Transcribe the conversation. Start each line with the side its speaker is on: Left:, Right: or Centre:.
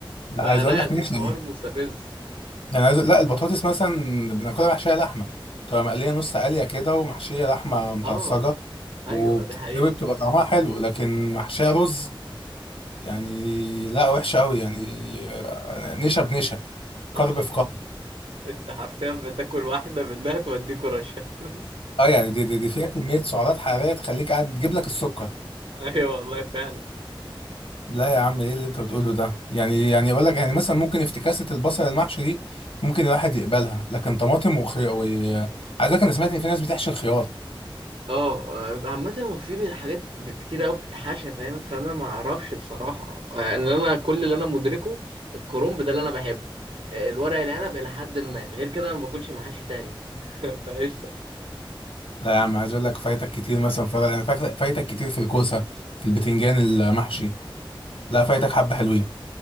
Left: لا
Right: فلا
Left: عايز اقول لك
Right: الحوار
Left: نحشي
Right: مستفز
Left: يعني عايز لا البطاطس مثلا بناكلها محشيه لحمه بتبقى مقليه نص قليه كده ومحشيه لحمه متعصجه
Right: اه ايوه
Left: وبتتسوي
Right: ده حقيقه
Left: بتبقى طعمها حلو لكن محشيه رز يعني لا وحشه قوي يعني آه، نشا بنشا كرب
Right: آه.
Left: في كرب
Right: <laughs> انت حرفيا بتاكل واحده منها توديك رشا <laughs>
Left: اه يعني دي, دي, دي فيها كميه سعرات حراريه تخليك قاعد تجيب لك السكر
Right: ايوه والله فعلا
Left: لا يا عم ايه اللي انت بتقوله ده يعني يعني اقول لك يعني مثلا ممكن افتكاسه البصل المحشي دي ممكن الواحد يقبلها لكن طماطم وخيار و... عايز اقول لك انا سمعت ان في ناس بتحشي الخيار
Right: اه آه، عامة هو في حاجات كتير قوي بتتحاشى فاهم فانا ما اعرفش بصراحة يعني انا كل اللي انا مدركه الكرنب ده اللي انا بحبه آه، الورق العنب الى حد ما غير كده انا ما باكلش محاشي تاني <laughs> فقشطة
Left: لا يا عم عايز اقول لك فايتك كتير مثلا فرع انا فاكر فايتك كتير في الكوسه في البتنجان المحشي لا فايتك حبه حلوين